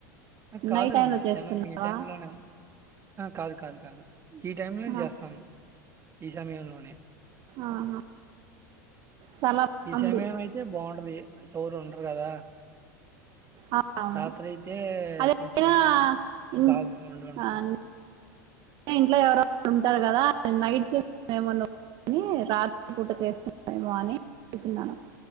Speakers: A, on the right (about 25°); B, on the right (about 50°).
A: కాదు
B: నైట్ టైమ్ లో
A: మధ్యాహ్నం
B: చేస్తున్నావా
A: ఈ టైంలోనే కాదు కాదు కాదు ఈ టైమ్ లోనే
B: ఆ
A: చేస్తాను ఈ సమయంలోనే
B: ఆహా చాలా బాగుంది
A: ఈ సమయం అయితే బాగుంటది ఎవరు ఉండరు కదా
B: ఆ! అవును
A: రాత్రి అయితే
B: అదేనా
A: కొంచెం
B: ఇన్
A: గాగుగా ఉండి ఉంటది
B: ఆహ్, ఇంట్లో ఎవరో ఒకరు ఉంటారు కదా నైట్స్ మేము అనుకొని రాత్రి పూట చేస్తున్నారెమో అని మీర్ తిన్నారా